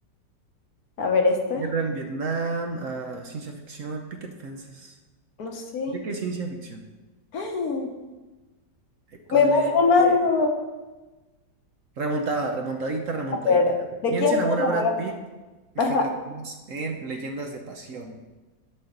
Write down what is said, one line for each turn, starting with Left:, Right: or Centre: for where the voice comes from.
Left: A ver, esta.
Right: Guerra en Vietnam, ah, ciencia ficción, Picket Fences.
Left: No sé.
Right: ¿De qué ciencia ficción?
Left: <gasps> ¡Ah!
Right: École,
Left: Me vas ganando.
Right: eh, remontada, remontadita, remontadita.
Left: A ver, ¿de
Right: ¿Quién
Left: quién
Right: se enamora
Left: se enamoró?
Right: de Brad Pitt y
Left: Ajá.
Right: Henry Cavill en Leyendas de Pasión?